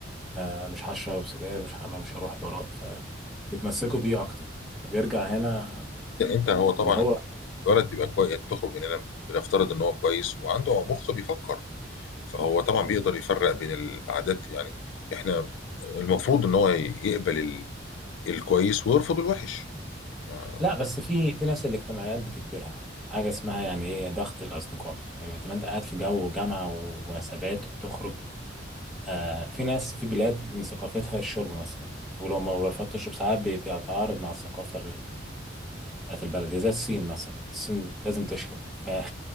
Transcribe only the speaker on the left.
انت هو طبعا
الولد بيبقى كويس بتخرج من هنا بنفترض ان هو كويس وعنده مخ بيفكر فهو طبعا
بيقدر يفرق بين العادات يعني احنا المفروض ان هو يقبل ال- الكويس ويرفض الوحش ما